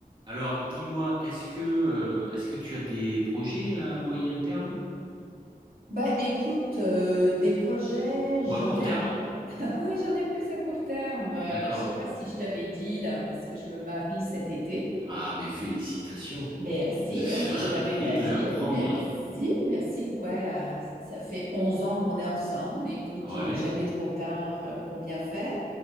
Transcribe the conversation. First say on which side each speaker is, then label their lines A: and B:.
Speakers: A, on the right; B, on the right.
A: Alors, dis-moi, est-ce que, euh, est-ce que tu as des projets à moyen terme
B: Bah écoute, euh, des projets,
A: ou
B: j'en
A: à court
B: ai
A: terme?
B: à... <laughs> Ouais, j'en ai plus à court terme. Euh,
A: D'accord.
B: je sais pas si je t'avais dit là, parce que je me marie cet été.
A: Ah, mais félicitations.
B: Merci,
A: Je suis
B: donc je
A: <laughs> ravi
B: te l'avais pas
A: de
B: dit.
A: l'apprendre.
B: Merci, merci. Ouais, euh, ça fait 11 ans qu'on est ensemble. Écoute,
A: Ouais,
B: il est jamais trop tard euh, pour bien faire.